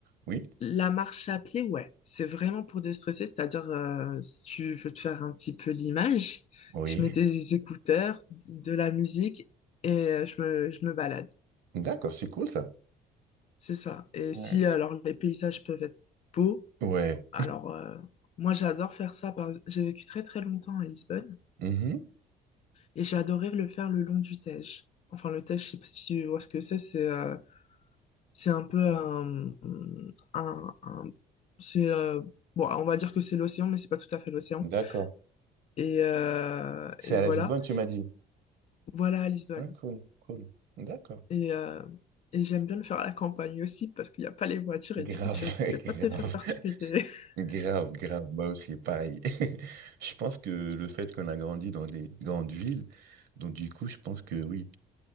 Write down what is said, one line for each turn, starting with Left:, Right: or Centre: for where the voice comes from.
Right: Oui?
Left: La marche à pied, ouais, c'est vraiment pour déstresser, c'est-à-dire euh, si tu veux te faire un petit peu l'image,
Right: Oui.
Left: je mets des écouteurs, de la musique et euh, je me, je me balade.
Right: D'accord, c'est cool ça.
Left: C'est ça. Et
Right: Ouais.
Left: si alors les paysages peuvent être beaux,
Right: Ouais.
Left: alors euh, moi j'adore faire ça. Par... J'ai vécu très très longtemps à Lisbonne
Right: Mhm.
Left: et j'ai adoré le faire le long du Tage. Enfin le Tage, je sais pas si tu vois ce que c'est, c'est euh, c'est un peu un, un, un- c'est euh, bon, on va dire que c'est l'océan, mais c'est pas tout à fait l'océan.
Right: D'accord.
Left: Et, euh,
Right: C'est
Left: et
Right: à
Left: voilà.
Right: Lisbonne, tu m'as dit.
Left: Voilà à Lisbonne.
Right: Ah, cool, cool. D'accord.
Left: Et, euh, et j'aime bien le faire à la campagne aussi parce qu'il n'y a pas les voitures
Right: Grave,
Left: et du coup, tu
Right: <laughs>
Left: risques pas
Right: grave.
Left: de te faire percuter. <laughs>
Right: Grave, grave, moi aussi, pareil. <laughs> Je pense que le fait qu'on a grandi dans des grandes villes, donc du coup, je pense que oui,